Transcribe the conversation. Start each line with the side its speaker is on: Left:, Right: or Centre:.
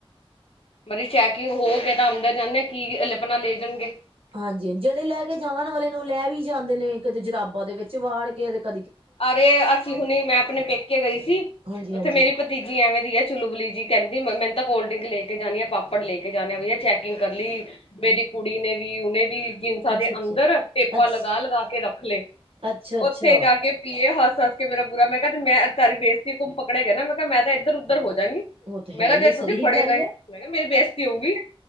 Left: ਮੇਰੀ ਚੈਕਿੰਗ ਹੋ ਕੇ-ਤਾਂ ਅੰਦਰ ਜਾਨੇ ਆ, ਕੀ ਲਿਪਨਾ ਲੈ ਜਾਨਗੇ।
Right: ਹਾਂਜੀ, ਜੇਹੜੇ ਲੈ ਕੇ ਜਾਨ ਵਾਲੇ ਨੇ ਓ ਲੈ ਵੀ ਜਾਂਦੇ ਨੇ, ਕਦੇ ਜਰਾਬਾਂ ਦੇ ਵਿੱਚ ਵਾੜ ਕੇਦੇ ਕ
Left: ਅਰੇ, ਅਸੀਂ ਹੁਨੀ ਮੈਂ ਆਪਨੇ ਪੇਕੇ ਗਈ ਸੀ,
Right: ਹਾਂਜੀ
Left: ਉੱਥੇ
Right: ਹਾਂਜੀ
Left: ਮੇਰੀ ਭ ਤੀਜੀ ਐਵੇਂ ਦੀ ਹੈ ਚੁਬੁਲੀ ਜੀ ਕਹਿੰਦੀ ਮੈਨੂੰ ਤਾਂ ਕੋਲਡ ਡਰਿੰਕ ਲੈ ਕੇ ਜਾਣੀ ਆ ਪਾਪੜ ਲੈ ਕੇ ਜਾਣੇ ਆ ਬਈਆ ਚੈਕਿੰਗ ਕਰ ਲਈ ਮੇਰੀ ਕੁੜੀ ਨੇ ਵੀ ਉਹਨੇ ਵੀ ਜਿਨਸਾਂ
Right: ਅੱਛਾ
Left: ਦੇ ਅੰਦਰ
Right: ਅੱਛਾ
Left: ਟੇਪਾਂ
Right: ਅੱਛ
Left: ਲਗਾ ਲਗਾ ਕੇ ਰੱਖ ਲਏ
Right: ਅੱਛਾ ਅੱਛਾ
Left: ਉੱਥੇ ਜਾ ਕੇ ਪਏ ਹੱਸ ਹੱਸ ਕੇ ਮੇਰਾ ਬੁਰਾ ਮੈਂ ਕਿਹਾ ਤੇ ਮੈਂ ਤਾਰੀ ਵੇਚਤੀ ਘੁੰਮ ਪਕੜੇਗਾ ਨਾ ਮੈਂ ਕਿਹਾ ਮੈਂ ਤਾਂ ਇੱਧਰ ਉੱਧਰ ਹੋ ਜਾਂਗੀ।
Right: ਉਹ ਤਾਂ ਹੈ
Left: ਮੈਂ ਕਿਹਾ
Right: ਹੀ
Left: ਜੇ
Right: ਹੈ
Left: ਤੁਸੀਂ
Right: ਸਹੀ
Left: ਫੜੇ
Right: ਗੱਲ
Left: ਗਏ
Right: ਹੈ
Left: ਮੈਂ ਕਿਹਾ ਮੇਰੀ ਬੇਇਜ਼ਤੀ ਹੋਊਗੀ।